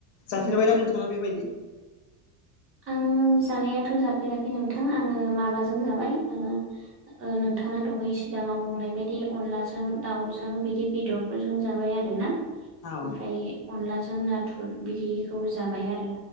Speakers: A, on the left (about 40°); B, on the right (about 30°).
A: जाफेरबायना
B: नंगौ
A: नोंथाङा बेबायदि?
B: आं जानायाथ' जाफेराखै नोंथां। आङो माबाजों जाबाय आङो ओ नोंथाङा दहाय सिगाङाव बुंनाय बायदि अनलाजों दाउजों बिदि बेदरफोरजों जाबाय आरो ना।
A: औ
B: ओमफ्राय अनलाजों नाथुर बिदिखौ जाबाय आरो।